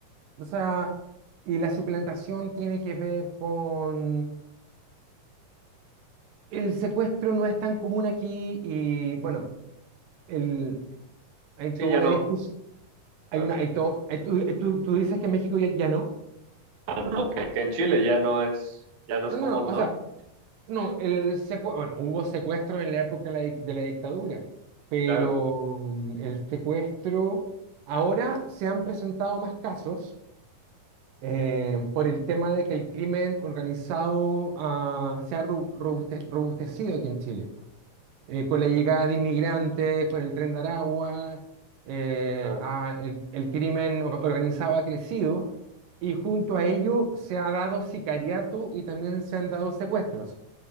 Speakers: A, on the right; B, on the right.
A: O sea, y la suplantación tiene que ver con... El secuestro no es tan común aquí y bueno, el, hay
B: Sí,
A: toda
B: ya
A: una
B: no,
A: discusión.
B: claro.
A: Hay una, hay to- hay- tú, tú- tú dices que en México ya ya no.
B: Bueno, que, que en Chile ya no es, ya no
A: No,
B: es común,
A: no, no, o
B: ¿no?
A: sea, no, el secue- bueno, hubo secuestro en la época de la, dic- de la dictadura, pero
B: Claro.
A: mm, el secuestro, ahora se han presentado más casos eh, por el tema de que el crimen organizado ah, se ha ro- robuste- robustecido aquí en Chile, Eh, con
B: ok.
A: la llegada de inmigrantes, con el tren de Aragua, eh,
B: Claro,
A: ah, el, el crimen or- organizado ha crecido y junto a ello se ha dado sicariato y también se han dado secuestros